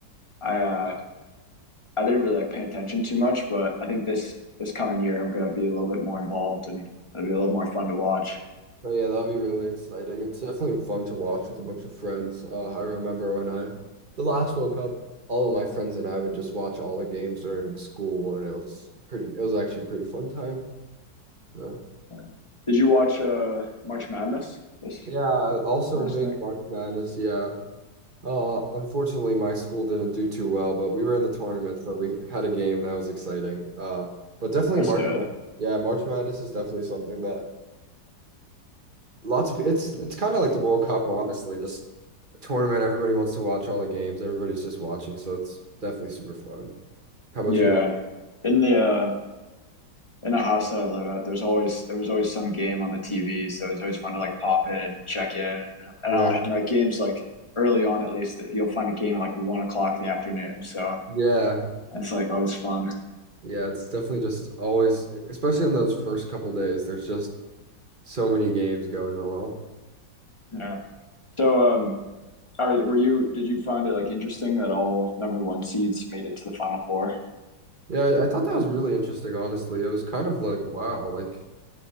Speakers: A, on the left; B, on the right.
A: I uh, I didn't really like pay attention too much. But I think this this coming year I'm gonna be a little bit more involved, and it'll be a little more fun to watch.
B: But yeah, that'll be really exciting. It's definitely fun to watch with a bunch of friends. Uh, I remember when I, the last World Cup, all of my friends and I would just watch all the games during school, and it was pretty, it was actually a pretty fun time. Yeah.
A: And Did you watch uh, March Madness this
B: Yeah, also
A: last
B: big
A: thing?
B: March Madness. Yeah. Uh, unfortunately, my school didn't do too well, but we were in the tournament, so we had a game that was exciting. Uh, but definitely
A: That's
B: March
A: good.
B: Mad. Yeah, March Madness is definitely something that lots of pe- it's it's kind of like the World Cup, honestly. Just a tournament, everybody wants to watch all the games. Everybody's just watching, so it's definitely super fun. How about
A: Yeah,
B: you?
A: in the uh, in the house that I live at, there's always there was always some game on the TV, so it's always fun to like pop in, check in, and
B: Yeah.
A: I like like, games like early on at least. You'll find a game at like one o'clock in the afternoon, so
B: Yeah.
A: it's like always fun.
B: Yeah, it's definitely just always, especially on those first couple days, there's just so many games going along.
A: Yeah. So, um, are, were you? Did you find it like interesting that all number one seeds made it to the final four?
B: Yeah, I, I thought that was really interesting, honestly. It was kind of like, wow, like